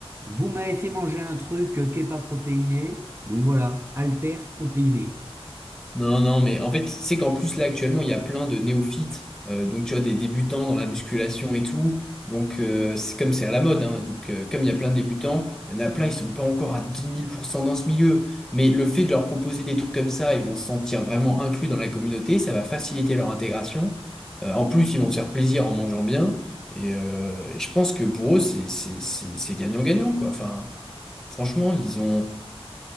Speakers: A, on the right; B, in the centre.
A: Vous m'avez fait manger un truc euh, qui n'est pas protéiné, donc voilà, alter protéiné.
B: Non, non, mais en fait, c'est qu'en plus, là, actuellement, il y a plein de néophytes, euh, donc tu vois, des débutants dans la musculation et tout. Donc, euh, c'est comme c'est à la mode, hein. donc euh, comme il y a plein de débutants, il y en a plein, ils sont pas encore à dix mille pour cent dans ce milieu. Mais le fait de leur proposer des trucs comme ça, ils vont se sentir vraiment inclus dans la communauté, ça va faciliter leur intégration. Euh, en plus, ils vont se faire plaisir en mangeant bien. Et, euh, et je pense que pour eux, c'est c'est- c'est- c'est gagnant-gagnant, quoi. Enfin, franchement, ils ont,